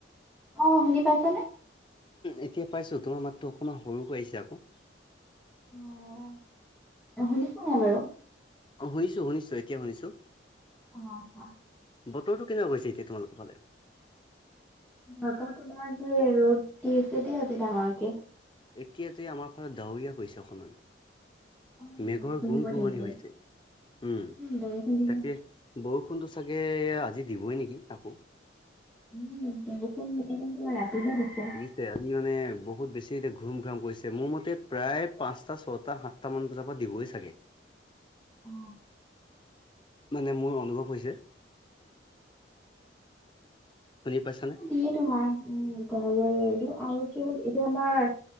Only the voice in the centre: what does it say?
অ' শুনি পাইচা নে।
অ' শুনিছা নাই বাৰু।
অ' কোৱা।
তোমাৰ যে ৰ'দ দি আছে আজি ডাঙৰকে।
অ',
বৰষুণ
দিব
তেন্তে।
বৰষুণ দিব।
<unintelligible>
অ।
এয়ে তোমাৰ উম গৰমৰ আৰু কি হ'ল এতিয়া আমাৰ।